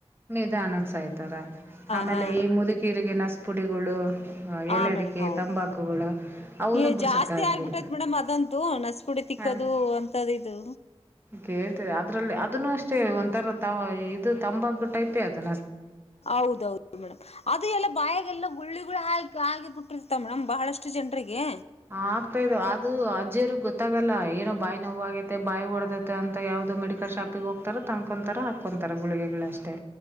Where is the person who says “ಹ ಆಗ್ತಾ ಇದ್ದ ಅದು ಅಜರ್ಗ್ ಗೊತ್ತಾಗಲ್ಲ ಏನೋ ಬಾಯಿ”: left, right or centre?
Right